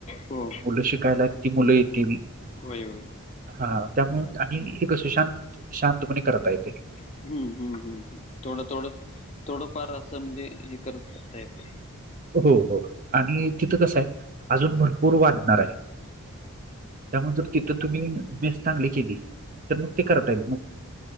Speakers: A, on the left; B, on the right.
A: हो
B: मुल शिकायला ती मुलं येतील.
A: होय होय
B: हा त्यामुळे आणि हे कस शांत शांतपणे करता येत.
A: हम्म, हम्म, हम्म थोडं, थोडं थोडंफार असं म्हणजे हे करत करता येते.
B: हो, हो आणि तिथं कसं आहे अजून भरपूर वाढणार आहे. त्यामुळेण तिथ तुम्ही मेस चांगली केली तर मग ते करता येईल.